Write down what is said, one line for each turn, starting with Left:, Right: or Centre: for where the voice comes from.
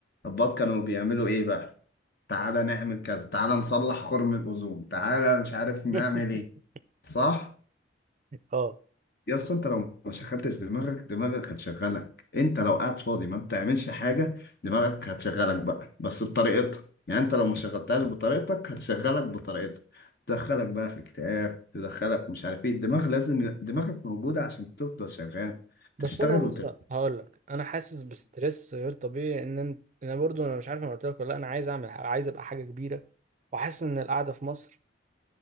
Left: الضباط كانوا بيعملوا إيه بقى تعالى نعمل كذا تعالى نصلح خرم الأوزون تعالى مش عارف نعمل
Right: <laughs>
Left: إيه صح
Right: اه
Left: يا اسطى انت لو ما شغلتش دماغك دماغك هتشغلك انت لو قاعد فاضي ما بتعملش حاجه دماغك هتشغلك بقى بس بطريقتها يعني انت لو ما شغلتهاش بطريقتك هتشغلك بطريقتها تدخلك بقى في اكتئاب تدخلك مش عارف ايه الدماغ لازم دماغك موجوده عشان تفضل شغال
Right: بس
Left: تشتغل
Right: انا
Left: وتر
Right: لسه هقول لك انا حاسس بستريس غير طبيعي ان انت انا برضو انا مش عارف انا قلت لك ولا لا انا عايز اعمل حاجة. عايز ابقى حاجه كبيره وحاسس ان القعده في مصر